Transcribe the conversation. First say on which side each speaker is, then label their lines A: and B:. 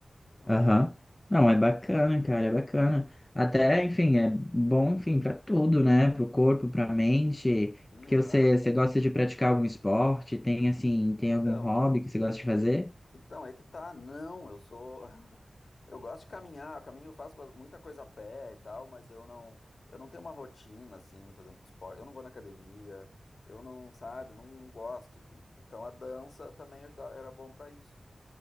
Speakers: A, on the left; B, on the left.
A: Ficando
B: Aham.
A: meio
B: Não,
A: sem.
B: é bacana, cara, é bacana. Até, enfim, é bom, enfim, pra tudo, né? Pro corpo, pra mente.
A: Sim,
B: Porque
A: exato.
B: você, você gosta de praticar algum esporte? Tem, assim, tem
A: Então,
B: algum hobby que você gosta de fazer?
A: então, é que tá. Não, eu sou. <laughs> Eu gosto de caminhar, eu caminho, eu faço ba- muita coisa a pé e tal, mas eu não, eu não tenho uma rotina, assim, por exemplo, de esporte. Eu não vou na academia, eu não, sabe, não gosto de. Então a dança também ajuda- era bom pra isso,